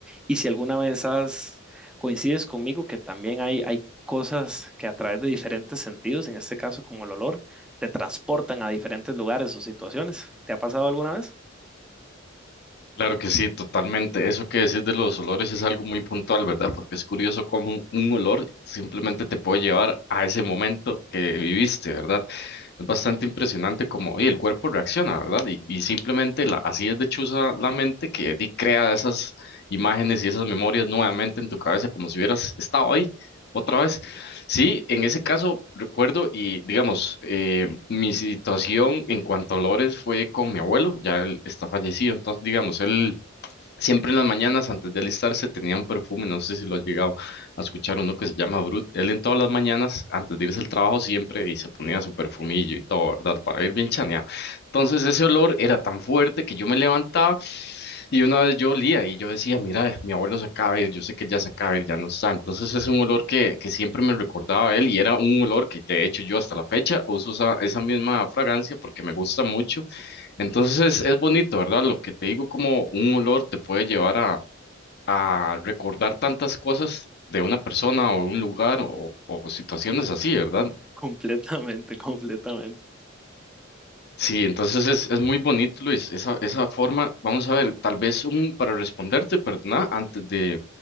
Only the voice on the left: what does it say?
Claro que sí, totalmente. Eso que decís de los olores es algo muy puntual, ¿verdad? Porque es curioso cómo un, un olor simplemente te puede llevar a ese momento que viviste, ¿verdad? Es bastante impresionante cómo oye, el cuerpo reacciona, ¿verdad? Y, y simplemente la- así es de chuza la mente que di- crea esas imágenes y esas memorias nuevamente en tu cabeza como si hubieras estado ahí otra vez. Sí, en ese caso recuerdo y digamos, eh, mi situación en cuanto a olores fue con mi abuelo, ya él está fallecido, entonces digamos, él... Siempre en las mañanas, antes de alistarse, tenía un perfume, no sé si lo ha llegado a escuchar uno que se llama Brut. Él en todas las mañanas, antes de irse al trabajo, siempre y se ponía su perfumillo y todo, ¿verdad? Para ir bien chaneado. Entonces ese olor era tan fuerte que yo me levantaba y una vez yo olía y yo decía, mira, eh, mi abuelo se acaba de ir, yo sé que él ya se acaba de ir, ya no está. Entonces es un olor que, que siempre me recordaba a él y era un olor que de hecho yo hasta la fecha uso esa, esa misma fragancia porque me gusta mucho entonces es, es bonito, ¿verdad? Lo que te digo, como un olor te puede llevar a, a recordar tantas cosas de una persona o un lugar o, o situaciones así, ¿verdad?
Sí, entonces es, es muy bonito, Luis, esa, esa forma. Vamos a ver, tal vez un, para responderte, perdona, antes de,